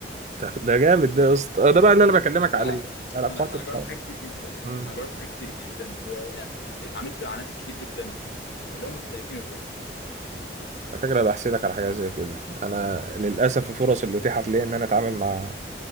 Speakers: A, on the right (about 40°); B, on the left (about 70°).
A: ده ده جامد ده يا اسطى آه، ده بقى اللي انا بكلمك
B: بقى
A: عليه علاقات
B: انا انا
A: القائمة
B: جربت حاجات كتير جدا
A: امم
B: انا جربت حاجات كتير جدا ويعني اتعاملت مع ناس كتير جدا اللي هم مختلفين وكده
A: على فكرة بحسدك على حاجة زي كده أنا للأسف الفرص اللي أتيحت لي إن أنا أتعامل مع